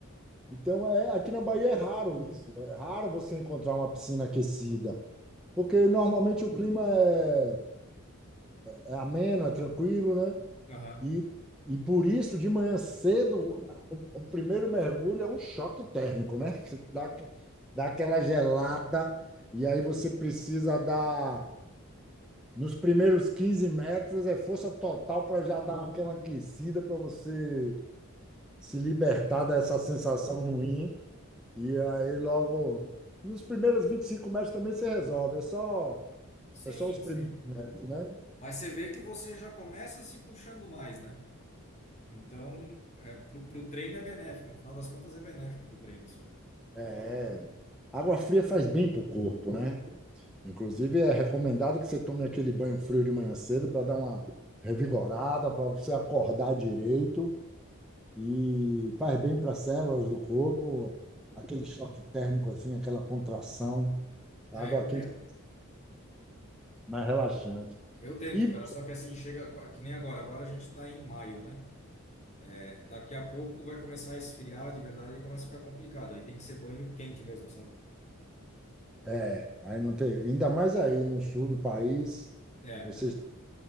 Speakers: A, in the centre; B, on the left.
A: Então, é, aqui na Bahia é raro isso. É raro você encontrar uma piscina aquecida, porque normalmente o clima é, é ameno, é tranquilo, né?
B: Aham.
A: E, e por isso, de manhã cedo, o, o primeiro mergulho é um choque térmico, né? Você dá, dá aquela gelada, e aí você precisa dar. Nos primeiros 15 metros é força total para já dar aquela aquecida para você se libertar dessa sensação ruim. E aí, logo, nos primeiros 25 metros também se resolve. É só,
B: Sim,
A: é só os primeiros
B: sim.
A: metros, né?
B: Mas você vê que você já começa se puxando mais, né? Então, é, pro, pro treino é benéfico, no final das contas é benéfico pro treino, isso aí.
A: É. Água fria faz bem para o corpo, né? Inclusive, é recomendado que você tome aquele banho frio de manhã cedo para dar uma revigorada, para você acordar direito e faz bem para as células do corpo, aquele choque térmico assim, aquela contração.
B: É,
A: A água
B: eu
A: quente
B: tento.
A: é mais relaxante.
B: Eu tento,
A: E
B: cara, só que assim, chega co- que nem agora. Agora a gente tá em maio, né? É, daqui a pouco vai começar a esfriar de verdade e começa a ficar complicado. Aí tem que ser banho quente mesmo, sabe?
A: é, aí não tem, ainda mais aí no sul do país,
B: É.
A: vocês